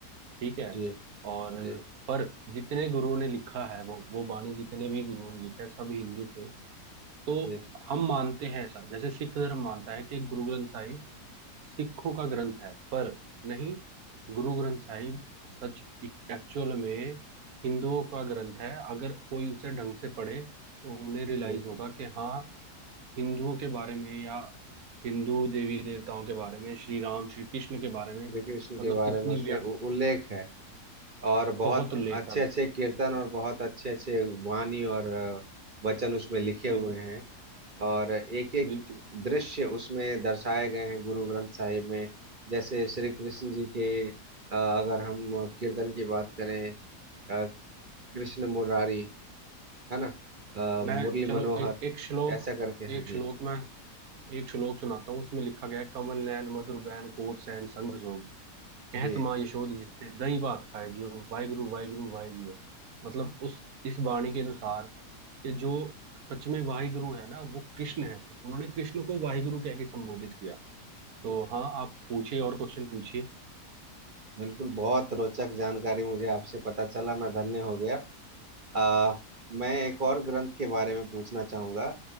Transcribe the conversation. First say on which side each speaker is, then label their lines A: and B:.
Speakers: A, on the right; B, on the right.
A: ठीक है
B: जी
A: और
B: जी
A: पर जितने गुरुओं ने लिखा है वो वो बाणी जितने भी गुरुओं ने लिखा है सब हिंदू थे तो
B: जी
A: हम मानते हैं ऐसा जैसे सिख धर्म मानता है कि गुरु ग्रंथ साहिब सिखों का ग्रंथ है पर नहीं गुरु ग्रंथ साहिब सच एक्चुअल में हिंदुओं का ग्रंथ है अगर कोई उसे ढंग से पढ़े तो उन्हें रियलाइज
B: जी
A: होगा कि हाँ हिंदुओं के बारे में या हिंदू देवी देवताओं के बारे में श्री राम श्री कृष्ण के बारे में
B: श्री कृष्ण के
A: मतलब
B: बारे
A: कितनी
B: में उसमें
A: व्यक्त
B: उ- उल्लेख है और बहुत
A: बहुत उल्लेख
B: अच्छे
A: है
B: अच्छे कीर्तन और बहुत अच्छे अच्छे वाणी और अ, वचन उसमें लिखे हुए
A: बिल्कुल
B: हैं और एक एक
A: बिल्कुल
B: दृश्य उसमें दर्शाए गए हैं गुरु ग्रंथ साहिब में जैसे श्री कृष्ण जी के अ, अगर हम कीर्तन की बात करें अ, कृष्ण मुरारी है ना अ,
A: मैं
B: मुरली
A: चलो
B: मनोहर
A: एक एक श्लोक
B: ऐसा करके
A: एक
B: है जी
A: श्लोक मैं एक श्लोक सुनाता हूँ उसमें लिखा गया है, कमल नयन मधुर बैन कोट सैन संग सोम कहत
B: जी
A: माँ यशोद जिसे दही भात खाए जियो वाहिगुरु वाहिगुरु वाहे जियो मतलब उस इस वाणी के अनुसार कि जो सच में वाहिगुरु है ना वो कृष्ण है उन्होंने कृष्ण को वाहिगुरु कह के संबोधित किया
B: जी
A: तो हाँ आप पूछिए और क्वेश्चन पूछिए
B: बिल्कुल बहुत रोचक जानकारी मुझे आपसे पता चला मैं धन्य हो गया आ, मैं एक और ग्रंथ के बारे में पूछना चाहूंगा